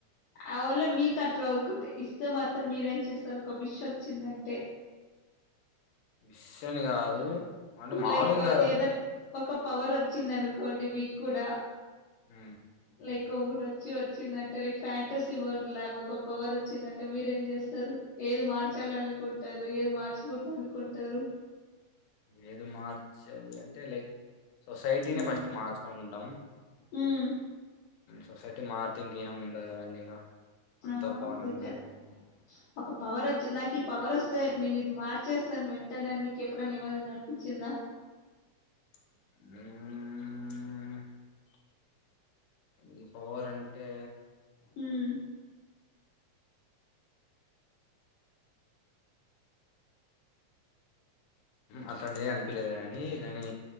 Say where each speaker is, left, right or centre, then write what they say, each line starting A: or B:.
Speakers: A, on the left; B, on the left.
A: అ వళ మీకు అట్లా ఒకటి ఇస్తే మాత్రం మీరేం చేస్తారు. ఒక విష్ వోచ్చిందంటే
B: విష్ వచ్చని కాదు అంటే మము
A: లైక్
B: లుగా
A: ఏదనా ఒక పవర్ వోచ్చింది అనుకోండి. మీకు కూడా
B: హ్
A: లైక్ ఒకటి వచ్చి వచ్చిందంటే లైక్ ఫ్యాంటసీ వరల్డ్ లాగా ఒక పవర్ వచ్చిందంటే మీరెం చేస్తారు. ఏది మార్చాల అనుకుంటారు. ఏది మార్చకూడదు అనుకుంటారు.
B: ఏది మార్చాలి అంటే లైక్ సొసైటీనే
A: ఉమ్
B: ఫస్ట్ మార్చు లనుకుంటాం
A: ఉమ్
B: సొసైటీ మార్త ఇంకేమి ఉండదు కదండి ఇంకా అంత
A: ఆ
B: బాగుంటుంది
A: దగర్ ఒక పవర్ వచ్చి నాకు ఈ పవర్ వస్తు స్తే నేను ఇది మార్చేస్తాను. వెంటనే మీకు ఎప్పుడైనా ఎవరిదన్న అనిపించిందా
B: ఉమ్ ఈ పవర్ అంటే
A: ఉమ్
B: అట్లాంటిది అనిపీలేదు గాని కానీ